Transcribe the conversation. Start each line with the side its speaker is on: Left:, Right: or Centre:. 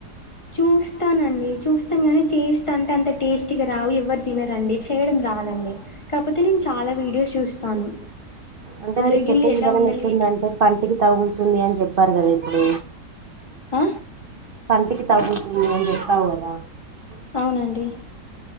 Left: చూస్తానండి చూస్తాను కానీ చేస్తా అంటే అంత టేస్టీగా రావు ఎవరు తినరండి చేయడం రాదండి కాకపోతే నేను చాలా వీడియోస్ చూస్తాను
Right: అంటే
Left: ఆరోగ్యంగా
Right: మీరు చెప్పే విధానం
Left: ఎలా ఉండాలి
Right: ఎట్ందంటే పంటికి తగులుతుంది అని చెప్పారు కదా ఇప్పుడు
Left: అ
Right: పంటికి తగులుతుంది అని చెప్పావు కదా
Left: అవునండి